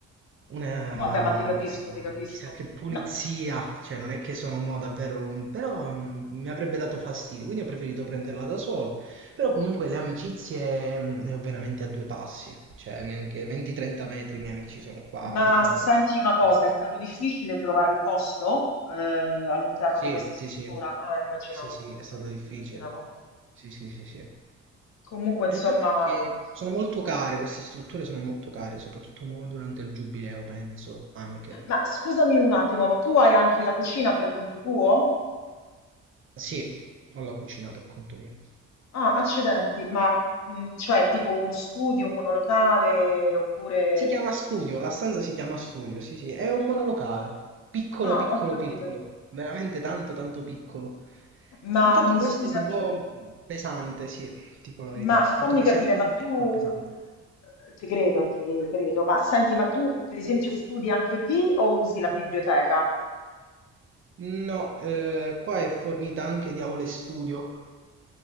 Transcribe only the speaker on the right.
una
diciamo,
chissà che pulizia,
cioè non è che sono mo davvero, però mm, mi avrebbe dato fastidio, quindi ho preferito prenderla da solo, però comunque le amicizie mm, le ho veramente a due passi, cioè neanche 20-30 metri i miei amici sono qua,
abitano
qua.
Sì,
sì,
sì.
Sì, sì,
è stato difficile.
Sì, sì, sì, sì. E
il fatto è che sono molto care, queste strutture sono molto care, soprattutto mo durante il giubileo, penso, anche.
Sì, ho la cucina per conto mio.
Si chiama studio, la stanza si chiama studio, sì, sì, è un monolocale, piccolo,
piccolo,
piccolo, veramente tanto, tanto piccolo.
Infatti
questo
è un po' pesante, sì, dico la verità,
il
fatto che
sia così
piccolo è pesante.
No, eh, qua è fornita anche di aule studio,